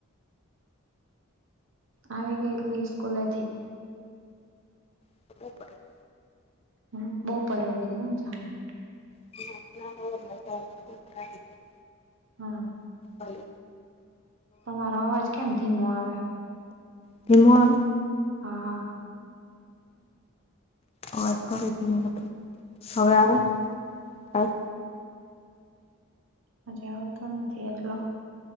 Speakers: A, on the right (about 60°); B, on the left (about 25°).
A: આવી ગઈ રૂહી સ્કૂલેથી?
B: <inaudible>
A: હમ બપોરે હોય કા <inaudible>
B: <inaudible> <inaudible>
A: હા.
B: હલો
A: તમારો અવાજ કેમ ધીમો આવે?
B: ધીમો આવે?
A: હા
B: અવાજ કરું જ નહીં હવે તો. હવે આવે? હા
A: હજી આવતો નથી એટલો.